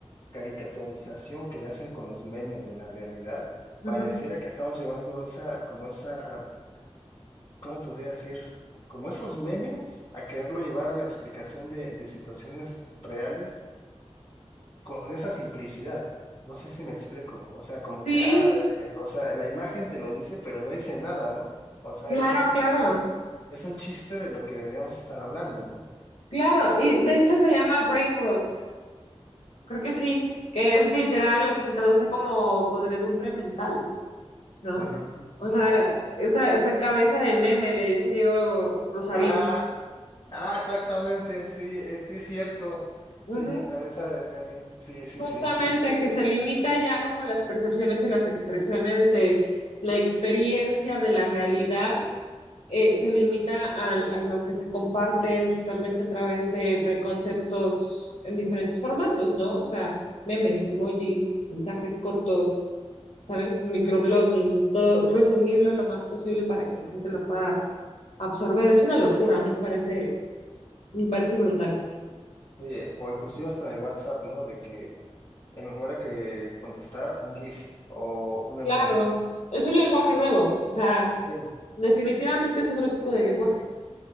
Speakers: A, on the left; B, on the left.
A: caricaturización que le hacen con los memes de la realidad,
B: ujú.
A: pareciera que estamos llevando esa, como esa ¿cómo podría decir? Como esos memes, a quererlo llevar a la explicación de, de situaciones reales con esa simplicidad. No sé si me explico. O sea, como
B: Sí,
A: que, ah, eh, o sea, la imagen te lo dice, pero no dice nada, ¿no? O sea,
B: claro,
A: es, es un,
B: claro,
A: es un chiste de lo que deberíamos estar hablando, ¿no?
B: claro. Y de hecho se llama brain rot. Creo que sí, que es literal, o sea, se traduce como podredumbre mental. ¿no?
A: Mm,
B: O
A: ajá.
B: sea, esa, esa cabeza de meme, le dice Diego Rosarín.
A: Ah, ah, exactamente, sí, eh, sí es cierto. Sí,
B: Ujú.
A: cabeza de meme, sí, sí,
B: Justamente
A: sí.
B: que se limita ya como las percepciones y las expresiones de la experiencia de la realidad, eh, se limita al- a, lo que se comparte digitalmente a través de preconceptos en diferentes formatos, ¿no? O sea, memes, emojis, mensajes cortos, ¿sabes? Microblogging, todo, resumirlo lo más posible para que la gente lo pueda absorber. Es una locura, a mí me parece, me parece brutal.
A: Oye, o inclusive hasta en el WhatsApp, ¿no? De que En lugar de que contestar, un GIF o un emoji.
B: Claro, es un lenguaje nuevo, o sea...
A: Sí,
B: Definitivamente es otro tipo de lenguaje.